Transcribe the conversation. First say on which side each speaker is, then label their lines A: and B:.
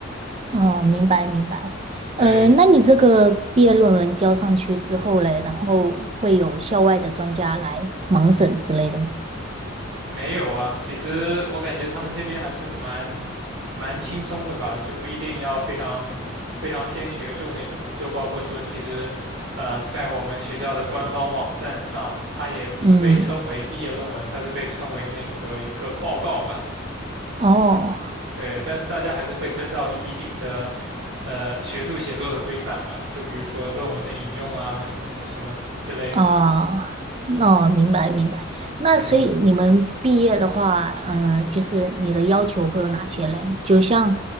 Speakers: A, on the right; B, on the right.
A: 哦，明白明白。
B: 对，
A: 呃，那你这个毕业论文交上去之后嘞，然后会有校外的专家来盲审之类的吗？
B: 没有啊，其实我感觉他们这边还是蛮蛮轻松的吧，就不一定要非常非常偏学术那种。就包括说，其实呃，在我们学校的官方网站上，它也不是被称为毕业论文，
A: 嗯。
B: 它是被称为那个一个报告吧。
A: 哦
B: 对，但是大家还是会遵照一定的呃学术写作的规范吧，就比如说论文的引用啊，什么什么之类的。
A: 哦，那我明白明白。那所以你们毕业的话，
B: 嗯。
A: 嗯、就是你的要求会有哪些嘞？就像